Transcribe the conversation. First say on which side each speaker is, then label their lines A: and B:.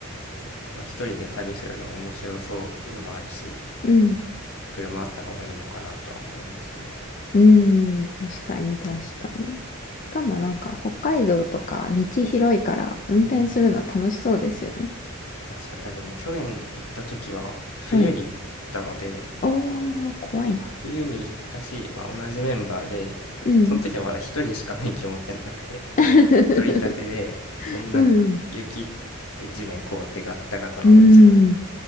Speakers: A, on the left; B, on the left.
A: まあ、一人で旅するのも面白そうっていうのもあるし、
B: うん。
A: 車あった方がいいのかなとは思いますね。
B: うん。確かに、確かに。しかもなんか、北海道とか道広いから、運転するの楽しそうですよね。
A: うん。確かに。あ、でも去年行った時は冬に行ったので、
B: はい。おー、怖いな。
A: 冬に行ったし、まあ、同じメンバーで、
B: うん。
A: その時はまだ一人しか免許持ってなくて、
B: <laughs>
A: 取り立てで、そんな
B: うん。
A: 雪で地面凍ってガッタガタの道を、
B: うん。